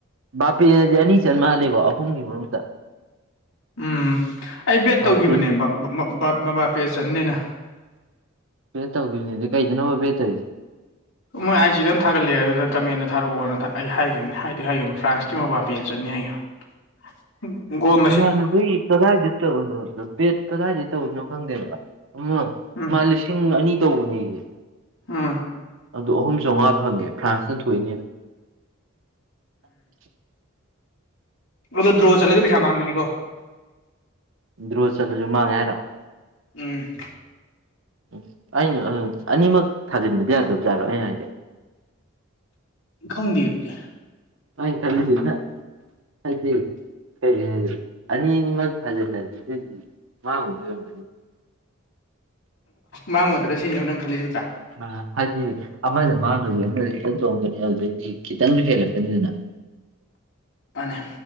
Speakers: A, on the right; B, on the left.
A: ꯕꯥꯄꯦꯅꯗꯤ ꯑꯅꯤ ꯆꯟ ꯃꯥꯥꯟꯜꯜꯂꯤꯦꯀꯣ ꯑꯍꯨꯝꯒꯤ ꯃꯔꯛꯇ
B: ꯎꯝ ꯑꯩ ꯕꯦꯠ ꯇꯧꯈꯤꯕꯅꯦ
A: ꯕꯥꯄꯦ
B: ꯃꯕꯥꯄꯦ ꯆꯟꯅꯤꯅ
A: ꯄꯦ ꯇꯧꯗꯈꯤꯕꯅꯤꯗꯤ ꯀꯩꯗꯅꯣ ꯄꯦ ꯇꯧꯔꯤꯁꯦ
B: ꯃꯣꯏ ꯑꯥꯏ ꯗꯝ ꯊꯥꯒꯠꯂꯛꯑꯦ ꯑꯗꯨꯗ ꯀꯃꯦꯟꯗ ꯊꯥꯔꯛꯑꯣꯅ ꯑꯩ ꯍꯥꯏꯈꯤꯕꯅꯦ ꯍꯥꯏꯗꯤ ꯍꯥꯏꯈꯤꯕꯅꯤ ꯐ꯭ꯔꯥꯟꯁꯀꯤ ꯃꯄꯥ ꯄꯦꯟ ꯆꯠꯅꯤ ꯑꯩ ꯑ <inaudible> ꯣ <inaudible>
A: ꯅꯍꯥꯟ ꯀꯗꯥꯏꯗ ꯇꯧ ꯕꯦꯠ ꯀꯗꯥꯏꯗ ꯇꯧꯅꯣ ꯈꯪꯗꯦꯕ ꯑꯃ
B: ꯎꯝ
A: ꯃꯥ ꯂꯤꯁꯤꯡ ꯑꯅꯤ ꯇꯧꯕꯅꯦ ꯑꯩꯁꯦ
B: ꯎꯝ
A: ꯑꯗꯨ ꯑꯍꯨꯝ ꯆꯥꯝꯉꯥ ꯐꯪꯉꯦ ꯐ꯭ꯔꯥꯟꯁꯅ ꯊꯣꯛꯏꯅꯦꯅ
B: ꯎꯝ ꯑꯗꯨ ꯗ꯭ꯔꯣ ꯆꯠꯂꯗꯤ ꯄꯩꯁꯥ ꯃꯥꯡꯕꯅꯤꯀꯣ
A: ꯗ꯭ꯔꯣ ꯆꯠꯂꯁꯨ ꯃꯥꯡꯉꯦ ꯍꯥꯏꯔꯣ
B: ꯎꯝ
A: ꯎꯝ ꯑꯩꯅ ꯑꯅꯤꯃꯛ ꯊꯥꯖꯤꯟꯕꯗꯤ ꯌꯥꯗꯕꯖꯥꯠꯔꯣ ꯑꯩ ꯍꯥꯏꯁꯦ
B: ꯈꯪꯗꯦ ꯑꯗꯨꯗꯤ
A: ꯍ ꯈꯜꯂꯤꯗꯅ ꯈꯗꯔꯤ ꯀ ꯑꯅꯤ ꯊꯥꯖꯤꯜꯂꯗꯤ ꯑꯗꯨꯗꯤ ꯃꯥꯍꯗ ꯑꯣꯏꯔꯝꯃꯅꯤ
B: ꯃꯥꯡꯉꯨꯗꯅ ꯁꯤꯅꯦꯕ ꯅꯪ ꯈꯜꯂꯤꯁꯤꯟꯇ꯭ꯔ
A: ꯑ ꯍꯥꯏꯗꯤ ꯑꯃꯗ ꯃꯥꯡꯉꯁꯨ ꯑꯩꯅꯁꯨ ꯈꯤꯇꯪ ꯆꯣꯡꯀꯅꯤ ꯑꯗꯨꯗꯤ ꯈꯤꯇꯪꯁꯨ ꯍꯦꯜꯂꯛꯀꯅꯤ ꯑꯗꯨꯅ
B: ꯃꯥꯅꯦ